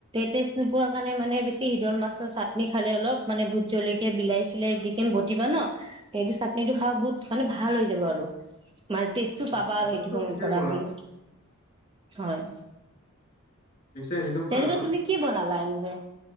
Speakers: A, on the right; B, on the left.
A: টেষ্ট নোৱাৰ কাৰণে মে মানে বেছি শিদল মাছৰ চাটনি খালে অলপ মানে ভোট জলকীয়া বিলাহী চিলাই দিম বটিবা ন সেইটো চাটনিটো খা বহুত মানে ভাল হৈ যাব আৰু মানে টেষ্টটো
B: অ',
A: পাবা
B: কথাটোতো
A: আৰু সেইটো সময়ৰ
B: ঠিকে
A: পৰা
B: ক'লা
A: মানে হয়
B: পিছে সেনেকুৱাই
A: তেনেকুৱা
B: আৰু
A: তুমি কি বনালা এনেকে